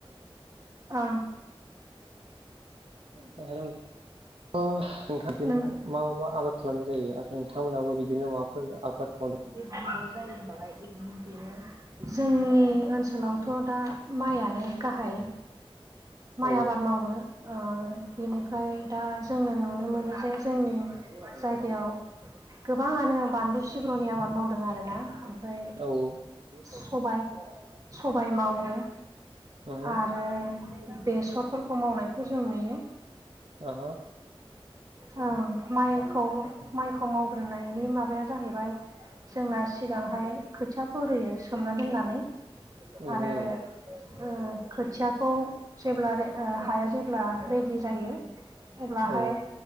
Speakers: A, on the right (about 35°); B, on the right (about 70°).
A: औ
B: ओ हेलौ। ओ नोंथां बिदिनो
A: नों
B: मा मा आबाद खालामनाय जायो। आरो नोंथांमोनहाबो बिदिनो माबाफोर आबाद मावदों
A: बे बिब' जायोनालाय <unintelligible> बेनो। जोंनि ओनसोलावथ' दा माइआनो गाहाय माइ
B: औ
A: आबाद मावो ओ बिनिफ्राय दा जोंनो नुनो मोनो जे जोंनि जायगायाव गोबाङानो बानलु सिब्र'नि आबाद मावदों आरोना ओमफ्राय
B: औ औ
A: सबाय सबाय मावो
B: ओहो
A: आरो ओ बेसरफोरखौ मावनायखौ जों नुयो
B: ओहो
A: ओ माइखौ माइखौ मावग्रोनायनि माबाया जाहैबाय जोंना सिगांहाय खोथिया फोग्रोयो सोमना दोननानै
B: ओहो
A: आरो ओ खोथियाखौ जेब्ला ओ हाया जेब्ला रेडि जायो अब्लाहाय
B: औ